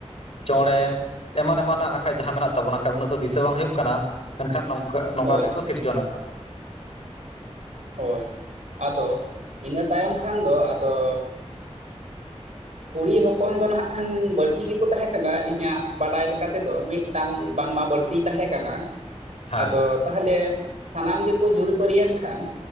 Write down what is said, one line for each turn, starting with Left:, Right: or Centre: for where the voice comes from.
Left: ᱪᱚᱬᱮ ᱮᱢᱟᱱ ᱮᱢᱟᱱᱟᱜ ᱟᱠ ᱠᱷᱟᱡ ᱡᱟᱸᱦᱟ ᱢᱮᱱᱟᱜ ᱛᱟᱵᱚᱱᱟ ᱠᱷᱟᱱ ᱩᱱᱟᱹᱜ ᱫᱚ ᱫᱤᱥᱟᱹ ᱵᱟᱝ ᱦᱩᱭᱩᱜ ᱠᱟᱱᱟ ᱢᱮᱱᱠᱷᱟᱱ ᱱᱚᱝᱠᱟ ᱱᱚᱝᱠᱟ
Right: ᱦᱳᱭ
Left: ᱠᱟᱛᱮ ᱠᱚ ᱥᱤᱨᱡᱚᱱ ᱟᱠᱟ-ᱟᱜ
Right: ᱦᱳᱭ ᱟᱫᱚ ᱤᱱᱟᱹ ᱛᱟᱭᱚᱢ ᱠᱷᱟᱱ ᱫᱚ ᱟᱫᱚ ᱠᱩᱲᱤ ᱦᱚᱯᱚᱱ ᱫᱚ ᱱᱟᱟᱜ ᱠᱷᱟᱱ ᱵᱟᱹᱲᱛᱤ ᱜᱮᱠᱚ ᱛᱟᱦᱮᱸ ᱠᱟᱱᱟ ᱤᱧᱟᱹᱜ ᱵᱟᱰᱟᱭ ᱞᱮᱠᱟ ᱛᱮᱫᱚ ᱢᱤᱫᱴᱟᱝ ᱵᱟᱝᱢᱟ ᱵᱟᱹᱲᱛᱤᱭ ᱛᱟᱸᱦᱮ ᱠᱟᱱᱟ
Left: ᱦᱮᱸ
Right: ᱟᱫᱚ ᱛᱟᱦᱚᱞᱮ ᱥᱟᱱᱟᱢ ᱜᱮᱠᱚ ᱡᱩᱨᱤ ᱯᱟᱹᱨᱤᱭᱮᱱ ᱠᱷᱟᱱ